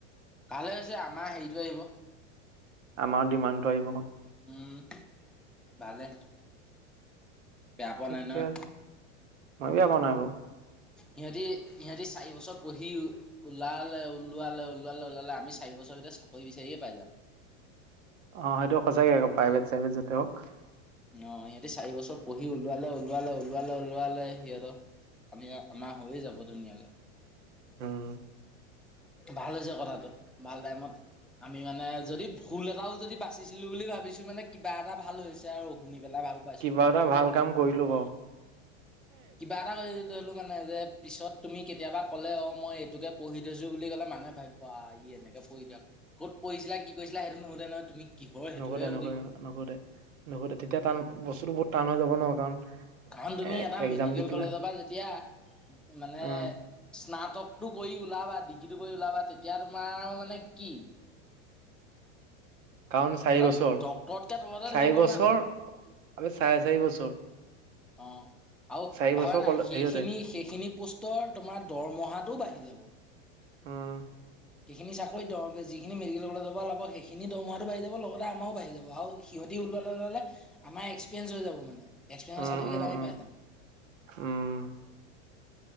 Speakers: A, in the centre; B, on the right.
A: কালে হৈছে আমাৰ হেৰিটো আহিব।
B: আমাৰ ডিমাণ্ডটো আহিব অকন।
A: উম ভালে। পেয়া পোৱা
B: ঠিকে
A: নাই নহয়।
B: আছে মই বিয়া পোৱা নাই বাও।
A: সিহঁতি ইহঁতি চাৰি বছৰ পঢ়ি ওলালে ওলোৱালে ওলোৱালে ওলালে আমি চাৰি বছৰ ভিতৰত চাকৰি বিচাৰিয়ে পাই যাম।
B: অ সেইটো সঁচাকে আকৌ প্ৰাইভেট চাইভেট যতে হওঁক।
A: অ সিহঁতে চাৰি বছৰ পঢ়ি ওলোৱালে ওলোৱালে ওলোৱালে ওলোৱালে সিহঁতৰ আমি আমাৰ হৈয়ে যাব ধুনীয়াকে।
B: উম।
A: ভাল হৈছে কথাটো ভাল টাইমত আমি মানে যদি ভুল এটাও যদি বাচিছিলো বুলি ভাবিছো মানে কিবা এটা ভাল হৈছে আৰু অ শুনি পেলাই ভাল পাইছোঁ
B: কিবা
A: মই।
B: এটা ভাল কাম কৰিলো বাও।
A: কিবা এটা কৰি ধৰিলো মানে যে পিছত তুমি কেতিয়াবা ক'লে অঁ মই এইটোকে পঢ়ি থৈছোঁ বুলি ক'লে মানুহে ভাবি বা ই এনেকৈ পঢ়ি দিয়ক ক'ত পঢ়িছিলা কি কৰিছিলা সেইটো নোসোধে নহয়। তুমি কিহৰ সেইটোহে
B: নোসোধে নোসোধে
A: সুধিব
B: নোসোধে নোসোধে তেতিয়া টান বস্তুটো বহুত টান হৈ যাব ন, কাৰণ
A: কাৰণ তুমি
B: এ
A: এটা
B: এক্সাম
A: মেডিকেল
B: দি পেলাই
A: কলেজৰ পৰা যেতিয়া মানে
B: অ
A: স্না তকটো কৰি ওলাবা ডিগ্ৰীটো কৰি ওলাবা তেতিয়া তোমাৰ মানে কি?
B: কাৰণ চাৰি
A: এটা
B: বছৰ
A: ডক্তৰতকে তলতে
B: চাৰি
A: ধৰিব
B: বছৰ
A: না তোমাক।
B: আমি চাৰে চাৰি বছৰ
A: অ' আৰু
B: চাৰি বছৰ
A: ভাবা নাই
B: কলে
A: সেইখিনি
B: হেৰিয়তে
A: সেইখিনি পোষ্টৰ তোমাৰ দৰমহাটোও বাঢ়ি যাব। অ'।
B: উম।
A: সেইখিনি চাকৰি দ যিখিন মেডিকেল কলেজৰ পৰা ওলাব সেইখিনি দৰমহা বাঢ়ি যাব লগতে আমাৰও বাঢ়ি যাব। আৰু সিহঁতি ওলোৱাৰ লগে লগে আমাৰ এক্সপিৰিয়েঞ্চ হৈ যাব মানে। এক্সপিৰিয়েঞ্চৰ
B: উম
A: চাৰটিফিকেট
B: উম
A: আমি
B: উম
A: পাই যাম। <inaudible>
B: উম